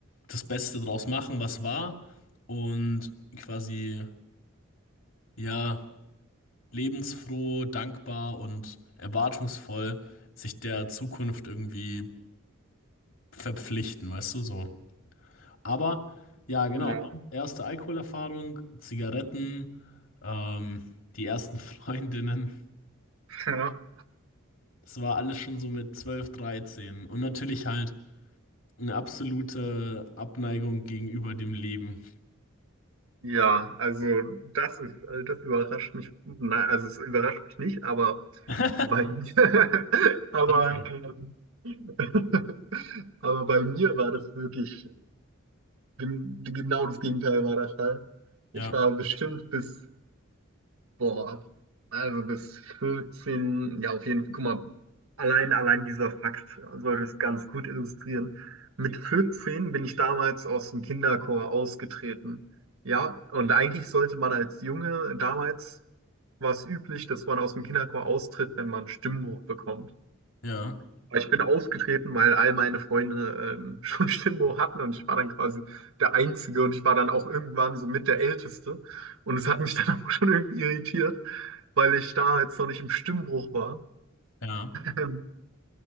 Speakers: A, on the left; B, on the right.
A: das Beste draus machen, was war und quasi, ja. lebensfroh, dankbar und erwartungsvoll sich der Zukunft irgendwie verpflichten, weißt du, so. Aber ja, genau,
B: Ja.
A: erste Alkoholerfahrung, Zigaretten, ähm, die ersten <laughs> Freundinnen,
B: Ja.
A: das war alles schon so mit 12 13 und natürlich halt eine absolute Abneigung gegenüber dem Leben.
B: Ja, also das ist, äh, das überrascht mich, nein, also es überrascht mich nicht, aber
A: <laughs>
B: bei <laughs> mir, aber,
A: Danke.
B: ähm, <laughs> aber bei mir war das wirklich, gen- genau das Gegenteil war der Fall.
A: Ja,
B: Ich war bestimmt bis Boah, also bis 14, ja auf jeden Fall, guck mal, allein, allein dieser Fakt soll es ganz gut illustrieren. Mit 14 bin ich damals aus dem Kinderchor ausgetreten. Ja, und eigentlich sollte man als Junge, damals war es üblich, dass man aus dem Kinderchor austritt, wenn man einen Stimmbruch bekommt.
A: ja,
B: Aber Ich bin aufgetreten, weil all meine Freunde ähm, <laughs> schon Stimmbruch hatten und ich war dann quasi der Einzige und ich war dann auch irgendwann so mit der Älteste. Und es hat mich <laughs> dann auch schon irgendwie irritiert, weil ich da jetzt noch nicht im Stimmbruch war.
A: ja,
B: Ähm,